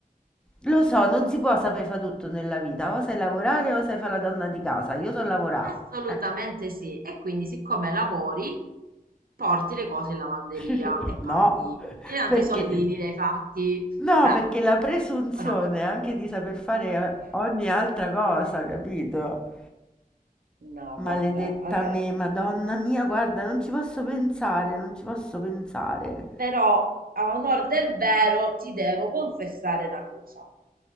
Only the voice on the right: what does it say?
Assolutamente
sì. E quindi, siccome lavori, porti le cose in lavanderia
e
paghi. E tanti
soldini li hai fatti.
Cioè,
o no?
No,
vabbè. Allora,
però a onor del vero ti devo confessare una cosa.